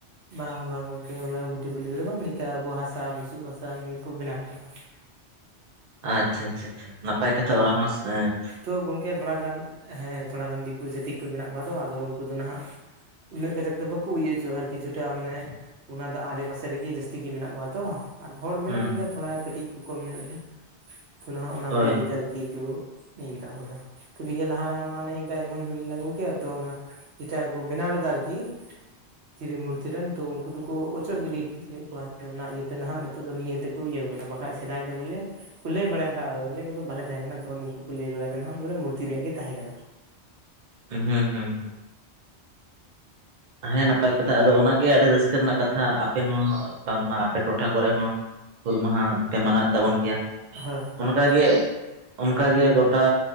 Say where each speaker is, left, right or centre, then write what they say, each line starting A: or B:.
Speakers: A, on the right; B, on the right.
A: ᱵᱟᱝ ᱵᱟᱝ ᱜᱚᱝᱠᱮ ᱜᱩᱴᱤ ᱵᱟᱹᱞᱤ ᱛᱮᱫ ᱵᱟᱝ ᱱᱤᱝᱠᱟ ᱟᱵᱚ ᱦᱟᱥᱟ ᱵᱩᱥᱩᱵ ᱦᱥᱟᱠᱩ ᱵᱮᱱᱟᱣ ᱠᱟᱫ ᱠᱚᱣᱟ ᱾
B: ᱟᱪᱪᱷᱟ ᱪᱷᱟ ᱪᱷᱟ ᱱᱟᱯᱟᱭ ᱠᱟᱛᱷᱟ ᱚᱱᱟ ᱦᱚᱸ ᱮᱸ
A: ᱛᱚ ᱜᱚᱝᱠᱮ ᱛᱷᱚᱲᱟ ᱜᱟᱱ ᱦᱮᱸ ᱛᱷᱚᱲᱟ ᱜᱟᱱ ᱫᱤᱠᱩ ᱪᱷᱟᱛᱤᱠᱩ ᱢᱮᱱᱟᱜ ᱠᱚᱣᱟ, ᱛᱚ ᱟᱫᱚ ᱩᱱᱠᱩ ᱫᱚ ᱱᱟᱸᱦᱟᱜ ᱩᱱᱟᱹᱜ ᱜᱟᱡᱟᱠ ᱫᱚ ᱵᱟᱠᱩ ᱤᱭᱟᱹ ᱦᱚᱪᱚᱣᱟᱜᱼᱟ ᱟᱨᱠᱤᱪᱷᱴᱟ ᱢᱟᱱᱮ ᱚᱱᱟ ᱫᱚ ᱟᱰᱮ ᱯᱟᱥᱮ ᱨᱮᱜᱤ ᱡᱟᱹᱥᱛᱤ ᱜᱮ ᱢᱮᱱᱟᱜ ᱠᱚᱣᱟ ᱛᱚ ᱾ ᱟᱨ ᱦᱚᱲ ᱢᱮᱱᱟᱜ
B: ᱦᱩᱸ
A: ᱠᱚᱜᱮᱭᱟ ᱛᱷᱚᱲᱟ ᱠᱟᱹᱴᱤᱡ ᱠᱚ ᱠᱚᱢ ᱧᱚᱜ ᱜᱮᱭᱟ ᱛᱚ ᱱᱟᱸᱦᱟᱜ ᱚᱱᱟ
B: ᱦᱳᱭ
A: ᱠᱚ ᱤᱭᱟᱹᱛᱮ ᱟᱨᱠᱤ ᱠᱚ <unintelligible> ᱠᱮᱫᱟ ᱛᱚ ᱱᱤᱭᱟᱹ ᱞᱟᱦᱟᱨᱮ ᱢᱟᱱᱮ ᱡᱟ ᱢᱚᱱ ᱦᱩᱭ ᱞᱮᱱᱟ ᱜᱚᱝᱠᱮ ᱟᱫᱚ ᱚᱱᱟ ᱡᱮᱴᱟ ᱠᱚ ᱵᱮᱱᱟᱣ ᱞᱮᱫᱟ ᱟᱨᱠᱤ ᱛᱷᱤᱨᱤ ᱢᱩᱨᱛᱤ ᱨᱮᱱ ᱛᱚ ᱩᱱᱠᱩ ᱫᱚᱠᱚ ᱚᱪᱚᱜ ᱜᱤᱰᱤ ᱞᱮᱫ ᱠᱚᱣᱟ ᱚᱱᱟ ᱤᱭᱟᱹᱛᱮ ᱱᱟᱦᱟᱜ ᱱᱤᱛᱚᱜ ᱫᱚ ᱱᱤᱭᱟᱹ ᱛᱮ ᱠᱩ ᱤᱭᱟᱹ ᱠᱟᱫᱟ ᱵᱟᱠᱷᱟᱡ ᱥᱮᱫᱟᱭ ᱫᱚ ᱵᱚᱞᱮ ᱠᱚ ᱞᱟᱹᱭ ᱵᱟᱲᱟᱭᱟ ᱵᱮ ᱠᱚᱫᱚ ᱵᱟᱞᱮ ᱛᱟᱦᱮᱸ ᱠᱟᱱᱟ ᱛᱚᱠᱷᱚᱱ ᱩᱱᱠᱩ ᱠᱚ ᱞᱟᱹᱭ ᱵᱟᱲᱟᱭ ᱫᱟ ᱱᱟᱸᱦᱟᱜ ᱵᱚᱞᱮ ᱢᱩᱨᱛᱤᱮ ᱨᱮᱭᱟᱜ ᱜᱮ ᱛᱟᱦᱮᱸ ᱠᱟᱱᱟ ᱾
B: ᱦᱩᱸ ᱦᱩᱸ᱾ ᱦᱮᱸ ᱱᱟᱯᱟᱭ ᱠᱟᱛᱷᱟ ᱟᱫᱚ ᱚᱱᱟᱜᱮ ᱟᱹᱰᱤ ᱨᱟᱹᱥᱠᱟᱹ ᱨᱮᱱᱟᱜ ᱠᱟᱛᱷᱟ, ᱟᱯᱮ ᱦᱚᱸ ᱵᱟᱝᱢᱟ ᱟᱯᱮ ᱴᱚᱴᱷᱟ ᱠᱚᱨᱮ ᱦᱚᱸ ᱦᱩᱞ ᱢᱟᱦᱟ ᱯᱮ ᱢᱟᱱᱟᱣᱮᱫ ᱛᱟᱵᱚᱱ ᱜᱮᱭᱟ ᱾
A: ᱦᱳᱭ ᱦᱳᱭ
B: ᱚᱱᱠᱟᱜᱮ ᱚᱱᱠᱟᱜᱮ ᱜᱚᱴᱟ